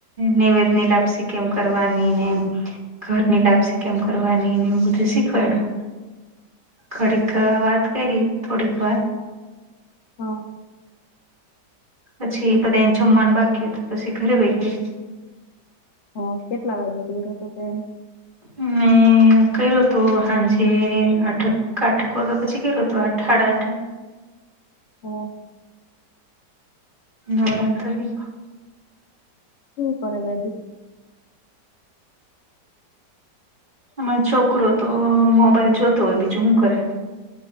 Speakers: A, on the right; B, on the left.
A: નિવેદની લાપસી કેમ કરવાની ને એમ. ઘરની લાપસી કેમ કરવાની ને એવું બધું શીખવાઈડુ. ઘડીક વાત કઈરી થોડીક વાર.
B: હા.
A: પછી બધાએને જમવાનું બાકી હતું પછી ઘરે વહી ગઈ.
B: હ કેટલા વાગે કર્યો હતો તેમ.
A: હમ્મ. હમ્મ કર્યો તો હાંજે આઠક આઠક વાગ્યા પછી કર્યો તો આઠ હાડા આઠ.
B: હમ્મ.
A: નવરાત્રીમાં.
B: શું કરે વેલી?
A: અમારો છોકરો તો મોબાઈલ જોતો હોય બીજું હું કરે.